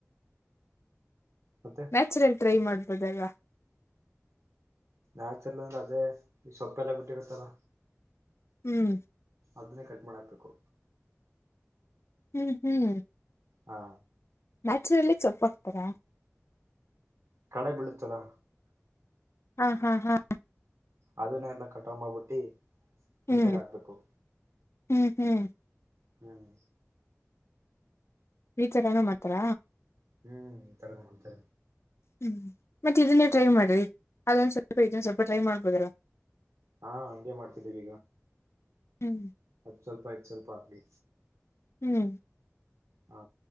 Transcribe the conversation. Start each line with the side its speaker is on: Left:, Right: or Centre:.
Right: ಮತ್ತೆ
Left: ನ್ಯಾಚುರಲ್ ಟ್ರೈ ಮಾಡ್ಬೋದಾಗ
Right: ನ್ಯಾಚುಲ್ ಅಂದ್ರೆ ಅದೇ ಈ ಸೊಪ್ಪೆಲ್ಲ ಬಿಟ್ಟಿರುತ್ತಲ್ಲ
Left: ಹ್ಮ್
Right: ಅದನ್ನೇ ಕಟ್ ಮಾಡಾಕ್ಬೇಕು
Left: ಹ್ಮ್ ಹ್ಮ್
Right: ಹಾ
Left: ನ್ಯಾಚುರಲ್ಲಿ ಚೊಪ್ಪ ಹಾ್ತಾರಾ
Right: ಕಣ ಬಿಿಳಚಲಾ
Left: ಹಾ ಹಾ ಹಾ
Right: ಅದನ್ನ ಎನ್ನ ಕಟ್ ಮಾಡಬಿಟ್ಟಿ ನೀಟಾಗಿ
Left: ಹ್ಮ್
Right: ಹಾಕ್ಬೇಕು
Left: ಹ್ಮ್ ಹ್ಮ್
Right: ಹ್ಮ್
Left: <unintelligible> ಮಾತ್ರ.
Right: ಹ್ಮ್ ಉತ್ತರಗ ಉತ್ತರ
Left: ಹ್ಮ್ ಮತ್ತೆ ಇದನ್ನೇ ಟ್ರೈ ಮಾಡ್ರಿ ಅದೊಂದ ಸ್ವಲ್ಪ ಇದನ್ ಸ್ವಲ್ಪ ಟ್ರೈ ಮಾಡ್ಬೋದಲ್ಲ
Right: ಹಾ ಹಂಗೆ ಮಾಡ್ತಿದ್ದೀವಿ
Left: ಹ್ಮ್
Right: <unintelligible> ಆಗ್ಡಿ
Left: ಹ್ಮ್
Right: ಹಾ